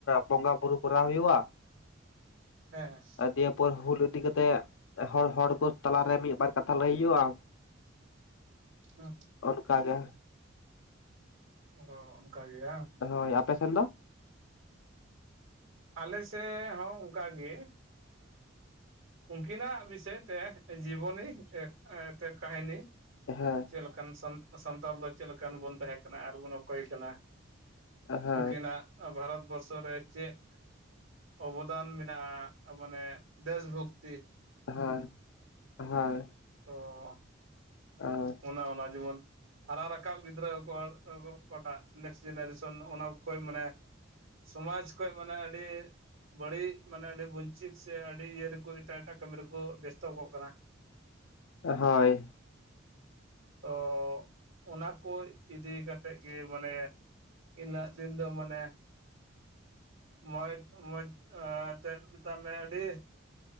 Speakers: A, on the left; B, on the right.
A: ᱵᱚᱸᱜᱟ ᱵᱩᱨᱩ ᱠᱚᱨᱟᱣ ᱦᱩᱭᱩᱜᱼᱟ᱾ <inaudible>
B: ᱦᱮᱸ᱾
A: ᱫᱤᱭᱮ ᱯᱚᱨ ᱦᱩᱞ ᱤᱫᱤ ᱠᱟᱛᱮᱜ ᱦᱚᱲ ᱦᱚᱲ ᱠᱚ ᱛᱟᱞᱟᱨᱮ ᱢᱤᱫᱵᱟᱨ ᱠᱟᱛᱷᱟ ᱞᱟᱹᱭ ᱦᱩᱭᱩᱜᱼᱟ᱾ <unintelligible>
B: ᱦᱩᱸ᱾
A: ᱚᱱᱠᱟ ᱜᱮ
B: ᱚ ᱚᱱᱠᱟ ᱜᱮᱭᱟ᱾
A: ᱦᱳᱭ ᱟᱯᱮᱥᱮᱱ ᱫᱚ?
B: ᱟᱞᱮ ᱥᱮᱫ ᱦᱚᱸ ᱚᱱᱠᱟ ᱜᱮ ᱩᱱᱠᱤᱱᱟ ᱵᱤᱥᱚᱭᱛᱮ ᱡᱤᱵᱚᱱᱤ ᱮ ᱮᱛᱮ ᱠᱟᱦᱤᱱᱤ
A: ᱦᱮᱸ᱾
B: ᱪᱮᱫ ᱞᱮᱠᱟᱱ ᱥᱟᱱᱛᱟᱲ ᱫᱚ ᱪᱮᱫ ᱞᱮᱠᱟᱱ ᱵᱚᱱ ᱛᱟᱦᱮᱸ ᱠᱟᱱᱟ ᱟᱨᱵᱚᱱ ᱚᱠᱚᱭᱮ ᱠᱟᱱᱟ?
A: ᱦᱮᱸ
B: ᱩᱱᱠᱤᱱᱟᱜ ᱵᱷᱟᱨᱚᱛ ᱵᱚᱨᱥᱚ ᱨᱮ ᱪᱮᱫ ᱚᱵᱚᱫᱟᱱ ᱢᱮᱱᱟᱜᱼᱟ, ᱢᱟᱱᱮ ᱫᱮᱥ ᱵᱷᱚᱠᱛᱤ
A: ᱦᱳᱭ, ᱦᱳᱭ᱾
B: ᱚᱸ᱾
A: ᱦᱚᱸ᱾
B: ᱚᱱᱟ ᱚᱱᱟ ᱡᱮᱢᱚᱱ ᱦᱟᱨᱟ ᱨᱟᱠᱟᱵ ᱜᱤᱫᱽᱨᱟᱹ ᱚᱠᱟᱴᱟᱜ ᱱᱮᱠᱥᱴ ᱡᱮᱱᱟᱨᱮᱥᱚᱱ ᱚᱱᱟ ᱠᱚ ᱢᱟᱱᱮ ᱥᱚᱢᱟᱡᱽ ᱠᱷᱚᱡ ᱢᱟᱱᱮ ᱟᱹᱰᱤ ᱵᱟᱹᱲᱤᱡ ᱢᱟᱱᱮ ᱟᱹᱰᱤ ᱵᱚᱧᱪᱤᱛ ᱥᱮ ᱟᱹᱰᱤ ᱤᱭᱟᱹ ᱨᱮᱠᱚ ᱮᱴᱟᱜ ᱮᱴᱟᱜ ᱠᱟᱹᱢᱤ ᱨᱮᱠᱚ ᱵᱮᱥᱛᱚᱜ ᱠᱟᱱᱟ᱾
A: ᱦᱳᱭ᱾
B: ᱛᱚ ᱚᱱᱟ ᱠᱚ ᱤᱫᱤ ᱠᱟᱛᱮᱜ ᱜᱮ ᱢᱟᱱᱮ ᱤᱱᱟᱹ ᱫᱤᱱ ᱫᱚ ᱢᱟᱱᱮ ᱢᱚᱡᱽ ᱢᱚᱡᱽ ᱛᱮ ᱢᱮᱛᱟᱜ ᱢᱮ ᱟᱹᱰᱤ